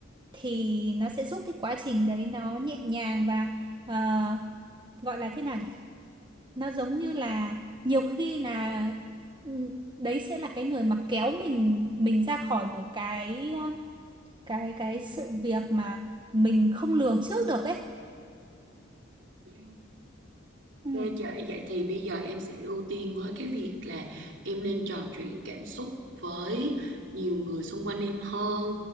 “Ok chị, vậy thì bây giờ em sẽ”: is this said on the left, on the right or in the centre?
Right